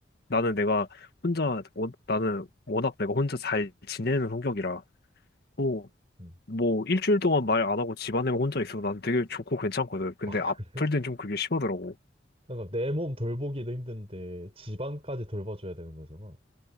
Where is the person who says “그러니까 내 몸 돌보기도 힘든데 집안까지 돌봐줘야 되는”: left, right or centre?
Right